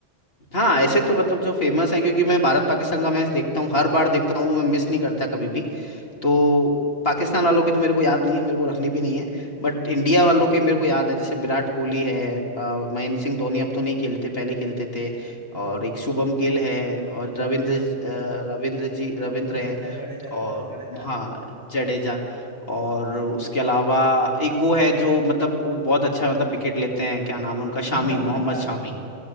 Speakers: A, on the left; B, on the right.
A: हाँ ऐसे तो मतलब जो फेमस है क्योंकि मैं भारत पाकिस्तान का मैच देखता हूँ हर बार देखता हूँ वो मैं मिस नहीं करता कभी भी तो पाकिस्तान वालों के तो मेरे को याद नहीं है मेरे को रखने भी नहीं है बट
B: हाँ
A: इंडिया
B: हाँ
A: वालों के मेरे को याद है जैसे विराट कोहली है अ, महेंद्र सिंह धोनी अब तो नहीं खेलते पहले खेलते थे
B: हाँ
A: और एक शुभम गिल है और
B: हाँ
A: रविंद्र
B: हाँ।
A: ज- अ, रविंद्र जी रविंद्र
B: जडेजा
A: हैं
B: जडेजा रविंद्र
A: और
B: जडेजा
A: हाँ जडेजा और उसके अलावा एक वो है जो मतलब वो बहुत अच्छा मतलब विकेट लेते हैं क्या नाम है उनका
B: बुमराह
A: शामी
B: बुमराह
A: मोहम्मद शामी